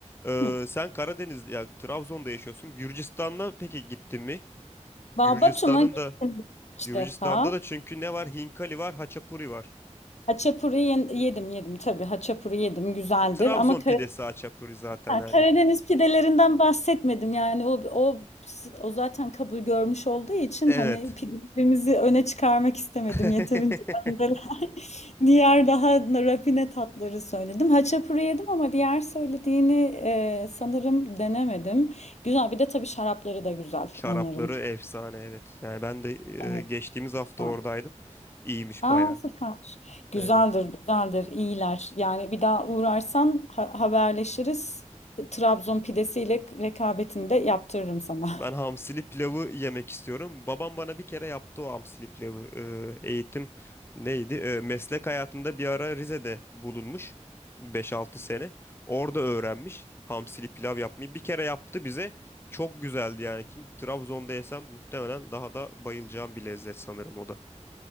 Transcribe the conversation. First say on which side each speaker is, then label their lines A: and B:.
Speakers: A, on the left (about 20°); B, on the left (about 70°).
A: Ee,
B: Hı.
A: sen Karadeniz ya Trabzon'da yaşıyorsun. Gürcistan'da peki gittin mi?
B: Babatum'a
A: Gürcistan'ın
B: gittim
A: da
B: üç
A: Gürcistan'da
B: defa.
A: da çünkü ne var? Hinkali var, haçapuri var.
B: Haçapuri yen- yedim yedim tabii haçapuri yedim güzeldir
A: Trabzon
B: ama
A: pidesi haçapuri zaten
B: Ha,
A: yani.
B: Karadeniz pidelerinden bahsetmedim. Yani o o o zaten kabul görmüş olduğu için
A: Evet.
B: hani pidelerimizi öne çıkarmak istemedim.
A: <laughs>
B: Yeterince benzeler. <laughs> Diğer daha rafine tatları söyledim. Haçapuri yedim ama diğer söylediğini e, sanırım denemedim. Güzel. Bir de tabii şarapları da güzel
A: Şarapları
B: onların.
A: efsane evet. Yani ben de
B: Evet.
A: e, geçtiğimiz hafta
B: güzel.
A: oradaydım. İyiymiş
B: Aa
A: bayağı.
B: süper. Güzeldir,
A: Evet.
B: güzeldir. iyiler Yani bir daha uğrarsan ha- haberleşiriz. Trabzon pidesiyle rekabetini de yaptırırım sana.
A: Ben hamsili pilavı yemek istiyorum. Babam bana bir kere yaptı o hamsili pilavı e, eğitim neydi? E, meslek hayatında bir ara Rize'de bulunmuş beş altı sene. Orada öğrenmiş hamsili pilav yapmayı. Bir kere yaptı bize. Çok güzeldi yani. Kim Trabzon'da yesem muhtemelen daha da bayılacağım bir lezzet sanırım o da.